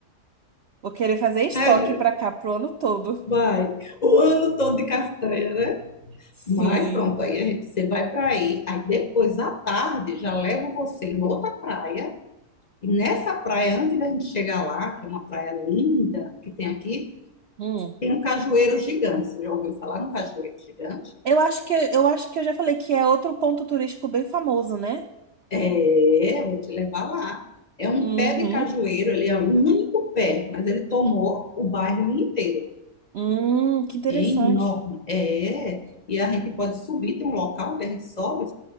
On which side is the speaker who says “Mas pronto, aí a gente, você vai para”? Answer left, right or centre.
Left